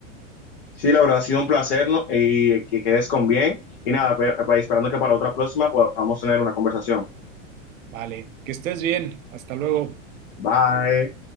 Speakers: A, on the left (about 50°); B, on the right (about 80°).
A: Sí, la verdad ha sido un placer, ¿no? Y que quedes con bien. Y nada, pe- pe- esperando que para otra próxima podamos tener una conversación.
B: Vale, que estés bien. Hasta luego.
A: Bye.